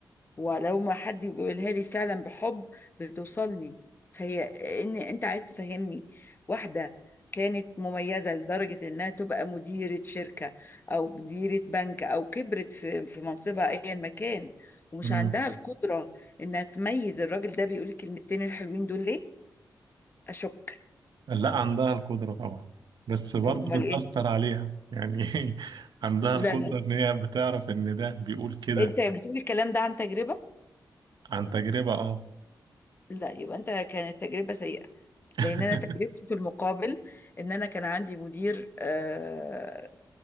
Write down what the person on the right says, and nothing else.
مم.
لا عندها القدرة طبعا بس برضه
بتأثر
عليها يعني <laughs> عندها
القدرة
إن هي بتعرف إن ده بيقول كده
عن تجربة اه
<laughs>